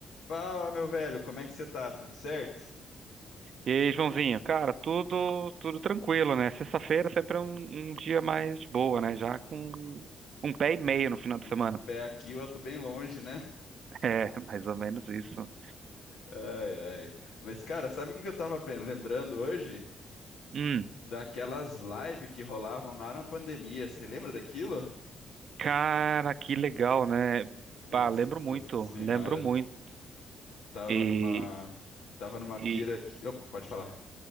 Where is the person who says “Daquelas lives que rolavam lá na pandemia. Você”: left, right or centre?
Left